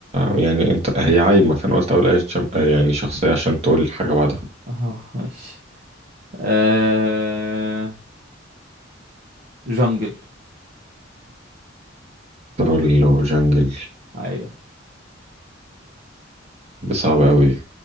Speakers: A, on the right; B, on the right.
A: يعني انت هي عايمة فانا قلت اقول اي شم... آه، يعني شخصية عشان تقول حاجة بعدها
B: اه ماشي آه... جنجل
A: ترول وجنجل
B: ايوه
A: دي صعبة قوي دي